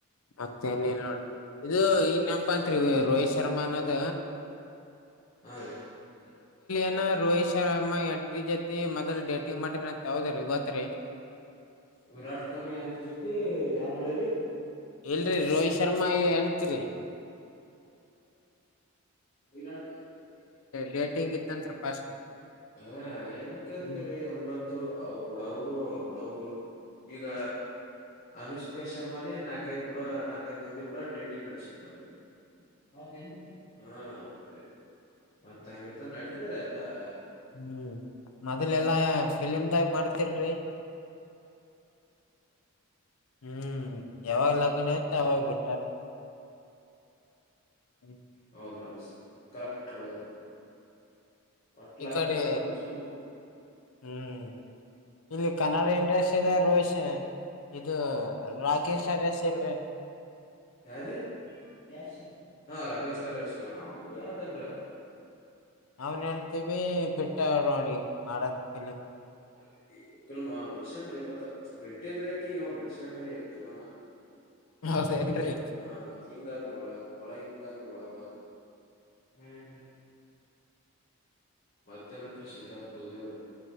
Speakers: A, on the left (about 70°); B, on the left (about 40°).
A: ಮತ್ತೆನಲ್ ನೋಡಿ ಇದು ಈ ನೆಪಾಂತ್ರಿಗರು ಶರಮಾನದ
B: ಹಾ ರ
A: ಏನ ರೋಹಿತ್ ಶರ್ಮಾ ಎಂಟ್ರಿ ಜತಿ ಮೊದಲ್ ಡೇಟಿಂಗ್ ಮಾಡಿರ ಅಂತ ಹೌದ್ರೀ ಗೊತ್ರಿ
B: ವಿರಾಟ್ ಕೊಹ್ಲಿ ಅಂತ ಜೊತೆ ಯಾರ್ ಮಾಡ್ಯರಿ
A: ಇಲ್ರಿ ರೋಹಿತ್ ಶರ್ಮಾ ಏ ಅನ್ತ್ರಿ
B: ಾ್
A: ಡೇಟಿಂಗ್ ಇತ್ತಂತ್ರಿ ಫಸ್ಟ್
B: ಹಾ ಏನ್ ಕೇಳ್ತೀರಿ
A: ಹ್ಮ್
B: ಎಲ್ಲೊಂದು ಅವ್ರ ಕೂಡ ಅವರು ಅವ್ರ ಕೂಡ ಅವರು ಈಗ ಅನುಷ್ಕಾ ಶರ್ಮಾದೆ ನ ನಾಕೈದು ಕೂಡ ನಾಲ್ಕೈದ ಮಂದಿ ಕೂಡೇಟಿ ನಡ್ಸಿತದ್ರಿ. ಹೌದೇನ್ರಿ? ಹೌದ್ರಿ, ಮತ್ತ ಹಂಗಿತ ನಡಿತದ್ರಿ ಎಲ್ಲಾ. <unintelligible>
A: ಹ್ಮ್
B: ಹ್ಮ
A: ಮೊದಲೆಲ್ಲಾ ಫಿಲಿಮ್ದಾಗ ಮಾಡ್ತಿರ್ರಿ ಹ್ಮ್ ಯಾವಾಗ ಲಗ್ನ ಐತಿ ಅವಾಗ ಬಿಟ್ಟಾರ ಹ್ಮ್.
B: ಹ ಹ್ಮ <unintelligible> ಕರೆಕ್ಟ್ ಆಳೆ ಒಟ್ಲಕ
A: ಈ ಕಡೆ
B: ನಂತ ಸೋ <unintelligible>
A: ಹ್ಮ್ ಇಲ್ಲಿ ಕನ್ನಡ ಇಂಡಸ್ಟ್ರಿದ ರೋಹಿತ್ ಶೆ- ಇದು ರಾಕೇಶ್ ಅರಸ್ ಇಲ್ರಿ
B: ಯಾರ್ರಿ ಯಶ್ ಹ ರಾಕೇಶ್ ಕ್ಷ ಅವ ಯಾವ್ದನ್
A: ಅವನ್ ಹೆಂಡ್ತಿನು ಬಿಟ್ಟಳ್ ನೋಡ್ರಿ ಮಾಡದ್ ಫಿಲಮ್.
B: ಸರಿ ಕೆಲ್ಮ ಬಿಡ್ಸೇನ್ರಿ ಇಪ್ಪತ್ತ್ ಬಿಟ್ಟಿಲ್ರಕಿ ಇವ ಬಿಡಶನ್ರೀ ಫಿಲಮ
A: ಹೌದೇನ್ರಿ
B: ಹಾ ಮತ್ತ ಹಿಂಗಾದ್ರೆ ಒಳಗ ಒಳಗ ಹಿಂಗಾದ್ರ ಒಳ ಒಳ ಹ್ಮ್ ಮತ್ತೇನತ್ರ ಸಿದ್ಧಾರ್ಥ ಪೂಜಿಯದು?